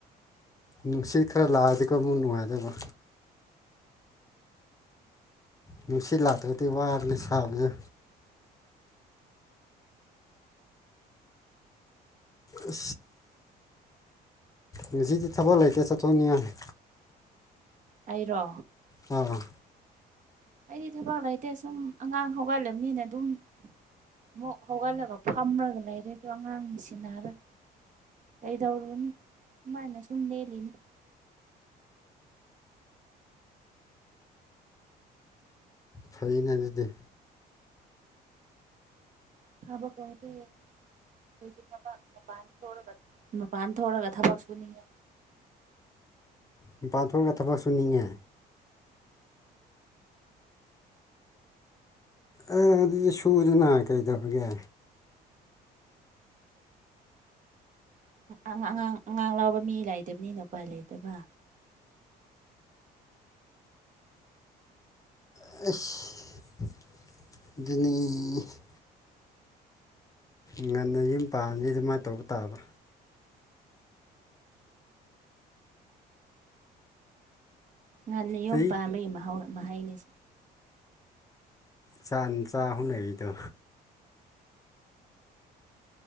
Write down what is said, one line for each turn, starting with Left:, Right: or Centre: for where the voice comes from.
Left: ꯅꯨꯡꯁꯤꯠ ꯈꯔ ꯂꯥꯛꯑꯗꯤꯀꯣ ꯑꯃꯨꯛ ꯅꯨꯡꯉꯥꯏꯗꯕ ꯅꯨꯡꯁꯤꯠ ꯂꯥꯛꯇ꯭ꯔꯒꯗꯤ ꯋꯥꯔꯅꯤ ꯁꯥꯕꯁꯨ ꯑ ꯉꯁꯤꯗꯤ ꯊꯕꯛ ꯂꯩꯇꯦ ꯆꯠꯊꯣꯛꯅꯤꯡꯉꯥꯏꯅꯤ
Right: ꯑꯩꯔꯣ
Left: ꯑꯣ
Right: ꯑꯩꯗꯤ ꯊꯕꯛ ꯂꯩꯇꯦ ꯁꯨꯝ ꯑꯉꯥꯡ ꯍꯧꯒꯠꯂꯕꯅꯤꯅ ꯑꯗꯨꯝ ꯑꯃꯨꯛ ꯍꯧꯒꯠꯂꯒ ꯐꯝꯔꯥꯒ ꯂꯩꯔꯦꯗꯣ ꯑꯉꯥꯡ ꯁꯤꯟꯅꯔꯒ ꯀꯩꯗꯧꯔꯨꯅꯤ ꯁꯨꯃꯥꯏꯅ ꯁꯨꯝ ꯂꯦꯜꯂꯤꯅꯤ
Left: ꯐꯩꯅꯦ ꯑꯗꯨꯗꯤ
Right: ꯍꯥꯕ ꯀꯣꯇ ꯑꯩꯈꯣꯏꯁꯦ ꯊꯕꯛ ꯃꯄꯥꯟ ꯊꯣꯔꯛꯑꯒ ꯃꯄꯥꯟ ꯊꯣꯛꯔꯒ ꯊꯕꯛ ꯁꯨꯅꯤꯡꯉꯦ
Left: ꯃꯄꯥꯟ ꯊꯣꯛꯂꯑꯒ ꯊꯕꯛ ꯁꯨꯅꯤꯡꯉꯦ ꯑꯦ ꯑꯗꯨꯗꯤ ꯁꯨꯗꯅ ꯀꯩꯗꯕꯒꯦ
Right: ꯑꯉꯥꯡ ꯑꯉꯥꯡ ꯑꯉꯥꯡ ꯂꯥꯎꯕ ꯃꯤ ꯂꯩꯥꯏꯗꯕꯅꯤꯅ ꯎꯄꯥꯏ ꯂꯩꯇꯕ
Left: ꯑꯁ ꯑꯗꯨꯅꯤ ꯉꯟꯅ ꯌꯨꯝ ꯄꯥꯗꯤ ꯑꯗꯨꯃꯥꯏꯅ ꯇꯧꯕ ꯇꯥꯕꯥ
Right: ꯉꯍꯥꯟ ꯅꯤ ꯌꯣꯝ
Left: ꯆꯍꯤ
Right: ꯄꯥꯟꯕꯝꯕꯒꯤ ꯃꯍꯥꯎ ꯃꯍꯩꯅꯤꯁꯦ
Left: ꯆ ꯆꯥ ꯍꯨꯝꯅꯔꯤꯗꯣ